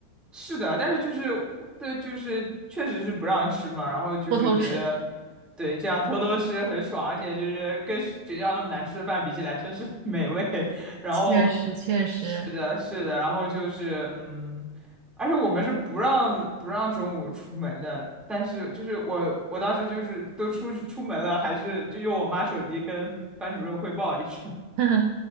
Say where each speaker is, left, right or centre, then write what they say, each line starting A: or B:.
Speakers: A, in the centre; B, on the right.
A: 是的，但是就是对，就是确实是不让吃嘛，然后就是觉得，
B: 偷偷吃。
A: 对，这样偷偷吃很爽，而且就是跟学校那么难吃的饭比起来，真是 <laughs> 美味。<laughs> 然后，
B: 确实确实，
A: 是的，是的，然后就是嗯，而且我们是不让不让中午出门的，但是就是我我当时就是都出去出门了，还是就用我妈手机跟班主任汇报一声
B: <laughs>